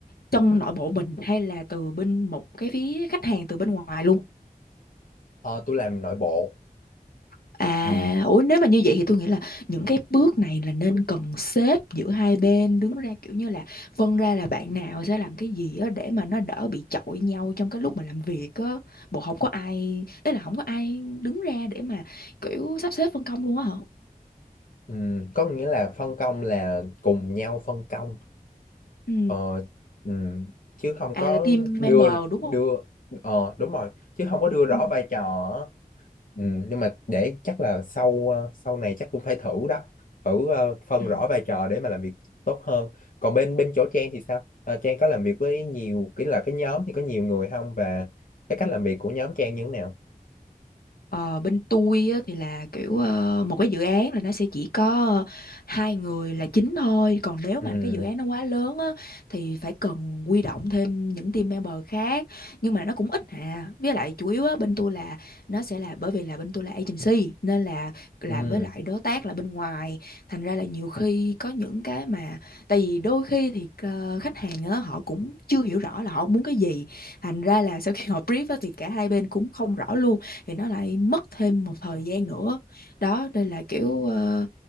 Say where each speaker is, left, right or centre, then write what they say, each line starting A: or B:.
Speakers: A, on the left; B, on the left.
A: trong nội bộ mình hay là từ bên một cái phía khách hàng từ bên ngoài luôn
B: Ờ, tôi làm nội bộ
A: à
B: ừ.
A: ủa nếu mà như vậy thì tôi nghĩ là những cái bước này là nên cần xếp giữa hai bên đứng ra kiểu như là phân ra là bạn nào sẽ làm cái gì á để mà nó đỡ bị chọi nhau trong cái lúc mà làm việc á bộ không có ai ý là không có ai đứng ra để mà kiểu sắp xếp phân công luôn á hả
B: Ừ. có nghĩa là phân công là cùng nhau phân công
A: ừ
B: Ờ, ừm, chứ không có
A: à là team
B: đưa
A: member đúng
B: đưa
A: không
B: ờ đúng rồi chứ không có đưa rõ
A: ừ
B: vai trò á. Ừm, nhưng mà để chắc là sau ờ, sau này chắc cũng phải thử đó thử ờ, phân
A: ừ
B: rõ vai trò để mà làm việc tốt hơn còn bên bên chỗ Trang thì sao Ờ, Trang có làm việc với nhiều cái là cái nhóm thì có nhiều người không và cái cách làm việc của nhóm Trang như thế nào
A: Ờ, bên tôi á, thì là kiểu ờ, một cái dự án là nó sẽ chỉ có ờ, hai người là chính thôi còn nếu
B: ừ
A: mà cái dự án nó quá lớn á, thì phải cần huy động thêm những team member khác nhưng mà nó cũng ít à với lại chủ yếu á, bên tôi là nó sẽ là bởi vì là bên tôi là agency nên là làm
B: ừ
A: với lại đối tác là bên ngoài thành ra là nhiều khi có những cái mà tại vì đôi khi thì ờ, khách hàng á, họ cũng chưa hiểu rõ là họ muốn cái gì thành ra là sau khi họ brief á, thì cả hai bên cũng không rõ luôn thì nó lại mất thêm một thời gian nữa đó đây là kiểu ờ,